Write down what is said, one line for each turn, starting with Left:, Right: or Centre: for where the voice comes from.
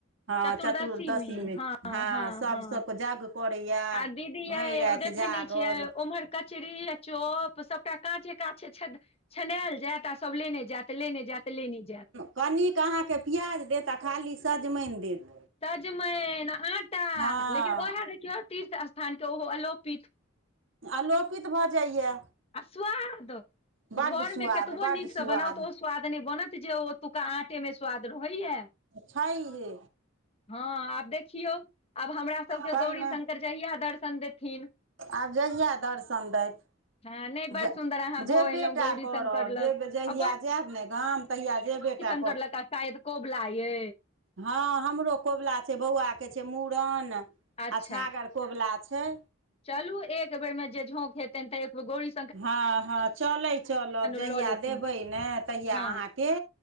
Right: हँ
Left: चतुर्दशी
Right: चतुर्दशीमे
Left: मे हां,
Right: हँ
Left: हां,
Right: सभसँ
Left: हां
Right: यज्ञ करैए
Left: आ दीदी
Right: भरि
Left: यै ओ
Right: राति
Left: देखै
Right: जागल
Left: नै छिय ओम्हर कचरी आ चॉप सबटा काँचे काँच छत छनायल जायत आ सभ लेने जायत। लेने जात लेने जात।
Right: कनिक अहाँके प्याज देता आ खाली सजमनि देत।
Left: सजमेन आटा
Right: हँ
Left: लेकिन ओएह देखियौ तीर्थ स्थान के ओहो अलोपित।
Right: अलोपित भऽ जाइए।
Left: आ स्वार द।
Right: बड्ड
Left: घर
Right: सुआद
Left: मे कतबो
Right: बड्ड
Left: नीकसँ
Right: सुआद
Left: बनाउ त ओ स्वाद नहि बनत जे ओतुका आँटे मे स्वाद रहैया।
Right: छैेये।
Left: हँ आब देखियौ आब हमरा सभके
Right: तहिना
Left: गौरी शंकर जहिया दर्शन देथिन।
Right: आब जहिया दर्शन दैत।
Left: हँ नहि बड़
Right: ज
Left: सुन्दर अहाँ भऽ
Right: जे
Left: एलहुँ
Right: बेटा
Left: गौरी
Right: करब
Left: शंकर लग
Right: जे जहिया
Left: आ
Right: जायब ने गाम तहिय जे बेटा
Left: करलक आ शायद कबुला ये
Right: हँ हमरो कबुला छै बौआके छै मूड़न आ
Left: अच्छा
Right: छागर कबुला छै।
Left: चलू एक बेर मे जे झोक हेतै तऽ एक बे गोड़ी
Right: हँ- हँ चलै चलब जहियआ
Left: लऽ लेथिन
Right: देबै ने तहियआ
Left: हँ
Right: अहाँके